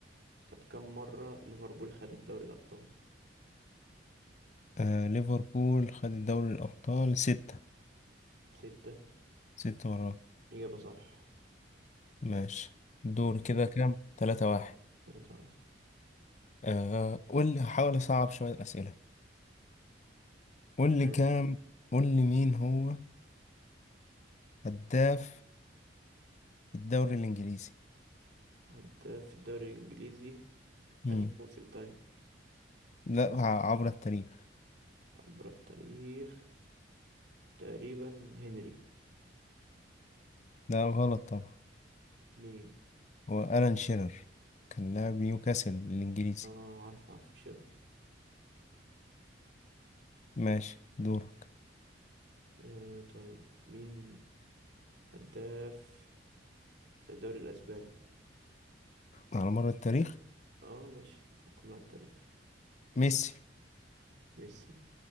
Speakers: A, on the right (about 65°); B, on the left (about 40°).
A: طب كم مرة ليفربول خدت دوري الأبطال
B: آه ليفربول خد دوري الأبطال ستة
A: ستة
B: ستة مرات
A: إجابة صح
B: ماشي دور
A: م-
B: كده كام تلاتة
A: تلاتة
B: واحد
A: تلاتة واحد
B: آه قول لي هحاول أصعب شوية الأسئلة قول
A: ماشي
B: لي كام قول لي مين هو هداف الدوري الإنجليزي
A: هداف الدوري الإنجليزي
B: مم.
A: أنهي موسم طيب
B: لا ع- عبر التاريخ
A: عبر التاريخ تقريبا هنري
B: لا غلط طبعا
A: مين
B: هو ألان شيرر كان لاعب نيوكاسل الإنجليزي
A: اه عارف عارف شرر
B: ماشي دورك
A: آه طيب مين هداف الدوري الاسباني
B: على مر التاريخ
A: اه باشا كله على التاريخ
B: ميسي
A: ميسي